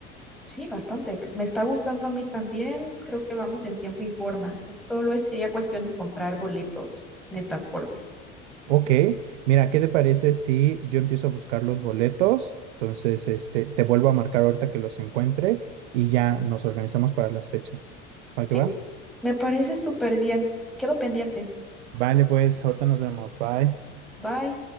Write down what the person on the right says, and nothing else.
Ok, mira, ¿qué te parece si yo empiezo a buscar los boletos? Entonces, este, te vuelvo a marcar ahorita que los encuentre y ya nos organizamos para las fechas. ¿Va
que va?
Vale, pues, ahorita nos vemos. Bye.